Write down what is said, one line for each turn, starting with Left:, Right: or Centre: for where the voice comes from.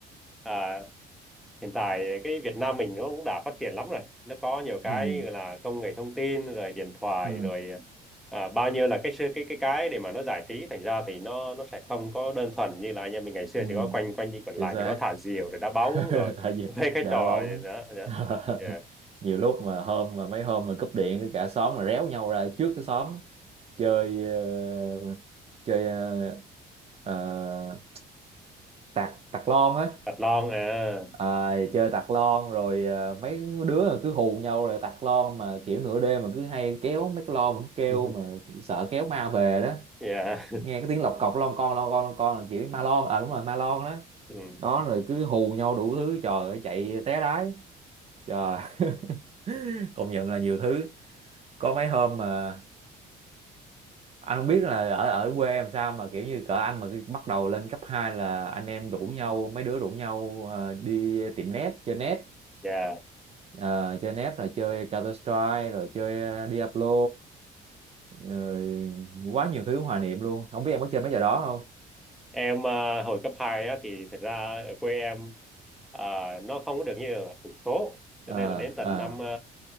Centre: à, hiện tại cái Việt Nam mình nó cũng đã phát triển lắm rồi nó có nhiều cái
Right: ừ
Centre: gọi là công nghệ thông tin rồi điện thoại
Right: ừ
Centre: rồi à, bao nhiêu là cái sự- cái cái cái để mà nó giải trí thành ra thì nó nó sẽ không có đơn thuần như là anh em mình ngày xưa
Right: ừ
Centre: chỉ có quanh quanh đi quẩn lại
Right: chính xác
Centre: chỉ có thả
Right: <laughs>
Centre: diều rồi đá bóng rồi
Right: tại
Centre: <laughs>
Right: vì
Centre: mấy cái
Right: đá
Centre: trò
Right: bóng
Centre: gì đó, đó.
Right: <laughs>
Centre: Yeah.
Right: nhiều lúc mà hôm mà mấy hôm mà cúp điện cả xóm mà réo nhau ra trước cái xóm chơi ờ, chơi ờ, ờ, tạc tạc lon á
Centre: Vật lon à
Right: À, chơi tạc lon rồi ờ, mấy đứa là cứ hù nhau là tạc lon mà kiểu nửa đêm mà cứ hay kéo mấy cái lon mà cứ kêu
Centre: <laughs>
Right: mà sợ kéo ma về đó
Centre: yeah.
Right: nghe cái tiếng lọc cọc lon con lon con lon con là kiểu ma lon à đúng rồi ma lon đó
Centre: <laughs> Ừ.
Right: đó rồi cứ hù nhau đủ thứ trời ơi chạy té đái Trời, <laughs> công nhận là nhiều thứ. Có mấy hôm mà anh không biết là ở ở quê làm sao mà kiểu như cỡ anh mà khi bắt đầu lên cấp 2 là anh em rủ nhau, mấy đứa rủ nhau ờ, đi tiệm net, chơi net,
Centre: yeah.
Right: Ờ, chơi net rồi chơi Counter Strike rồi chơi ờ, Diablo, rồi quá nhiều thứ hoài niệm luôn. Không biết em có chơi mấy trò đó không?
Centre: Em à, hồi cấp 2 á, thì thực ra ở quê em à, nó không có được như ở thành phố cho
Right: Ờ
Centre: nên là đến tận
Right: ờ
Centre: năm à,